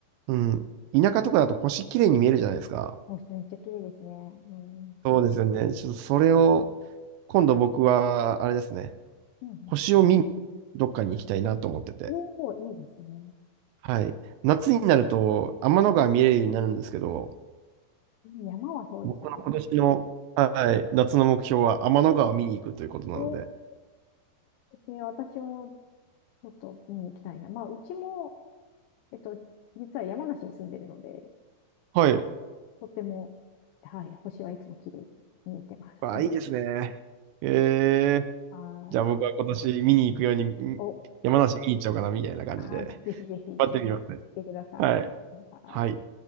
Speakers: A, on the right; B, on the left.
A: うん、田舎とかだと星綺麗に見えるじゃないですか。
B: もうめっちゃ綺麗ですね。うん。
A: そうですよね。ちょっとそれを、今度僕は、あれですね、
B: うん、
A: 星を見に、どっかに行きたいなと思ってて。
B: おお、いいですね。
A: はい。夏になると、天の川見れるようになるんですけど、
B: 山はそうですよね。
A: 僕の今年の、はい、夏の目標は天の川を見に行くということなので。
B: そうですね。私もちょっと見に行きたいな。まあ、うちも、えっと、実は山梨に住んでるので、
A: はい。
B: とても、はい、星はいつも綺麗に見えてます。
A: あ、
B: <laughs>
A: いいですね。え
B: はい。
A: じゃあ僕は今年見に行くように、ん山梨見に行っちゃおうかな、
B: お、
A: みたいな感じで。
B: あー、ぜひぜひ来
A: 待ってみますね。
B: てください。
A: はい。
B: はい。
A: はい。